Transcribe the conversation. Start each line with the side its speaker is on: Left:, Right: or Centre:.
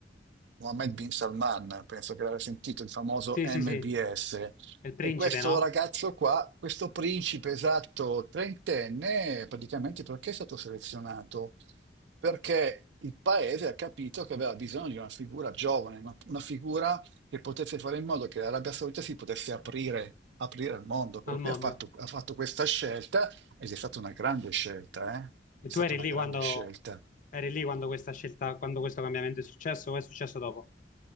Right: Mohammed bin Salman, penso che l'avrei sentito, il famoso
Left: Sì,
Right: MBS.
Left: sì, sì. È il principe,
Right: E questo
Left: no?
Right: ragazzo qua, questo principe esatto trentenne, praticamente perché è stato selezionato? Perché il paese ha capito che aveva bisogno di una figura giovane, una, una figura che potesse fare in modo che l'Arabia Saudita si potesse aprire, aprire al mondo. Per
Left: Al mondo.
Right: cui ha fatto, ha fatto questa scelta ed è stata una grande scelta, eh? È
Left: E
Right: stata
Left: tu eri
Right: una
Left: lì
Right: grande
Left: quando,
Right: scelta.
Left: eri lì quando questa scelta, quando questo cambiamento è successo, o è successo dopo?